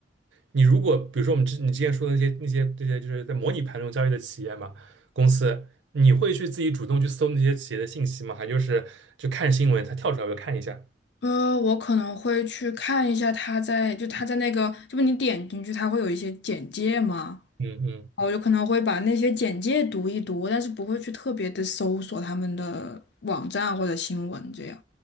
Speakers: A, on the right; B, on the left.
A: 你如果比如说我们之你之前说的那些那些这些就是在模拟盘中交易的企业嘛，公司，你会去自己主动去搜那些企业的信息吗？还就是就看新闻它跳出来我就看一下？
B: 呃，我可能会去看一下他在，就他在那个，就不你点进去，他会有一些简介吗？
A: 嗯嗯
B: 哦我就可能会把那些简介读一读，但是不会去特别的搜索他们的网站或者新闻这样。